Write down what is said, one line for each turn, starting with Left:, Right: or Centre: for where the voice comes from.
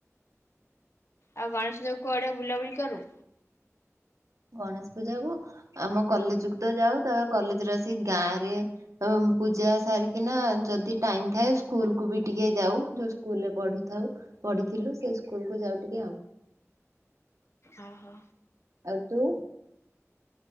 Left: ଆଉ ଗଣେଶପୂଜାକୁ କୁଆଡେ ବୁଲାବୁଲି କରୁ?
Right: ଗଣେଶପୂଜାକୁ ଆମ କଲେଜକୁ ତ ଯାଉ ତାପରେ କଲେଜରେ ଆସିିକି ଗାଁ ରେ ପୂଜା ସାରିକିନା ଯଦି ଟାଇମ ଥାଏ ସ୍କୁଲକୁ ବି ଟିକେ ଯାଉ ଯୋଉ ସ୍କୁଲରେ ପଢୁଥାଉ ପଢିଥିଲୁ ସେ ସ୍କୁଲକୁ ଯାଉ ଟିକେ ଆଉ
Left: ଓ ହୋ।
Right: ଆଉ ତୁ?